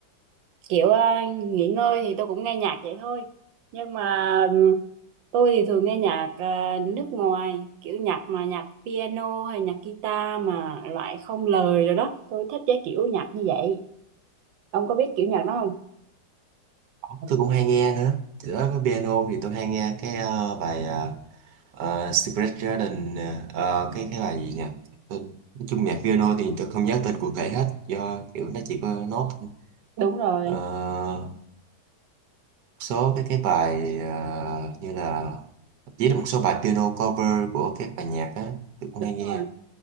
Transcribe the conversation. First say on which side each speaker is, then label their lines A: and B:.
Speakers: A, on the right; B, on the right.
A: kiểu ờ, nghỉ ngơi thì tôi cũng nghe nhạc vậy thôi. Nhưng mà Tôi thì thường nghe nhạc à, nước ngoài, kiểu nhạc mà nhạc piano hay nhạc guitar mà loại không lời rồi đó. Tôi thích cái kiểu nhạc như vậy. Ông có biết kiểu nhạc đó không?
B: Đó, tôi cũng hay nghe nữa giữa với piano thì tôi hay nghe cái ờ, bài ờ, ờ, Secret Garden nè. Ờ, cái cái bài gì nhỉ Tên- nói chung nhạc piano thì tôi không nhớ tên cụ thể hết do kiểu nó chỉ có nốt thôi
A: Đúng rồi,
B: Ờ, số cái cái bài ờ, như là chỉ là một số bài piano cover của các bài nhạc á tôi cũng
A: đúng
B: hay nghe
A: rồi.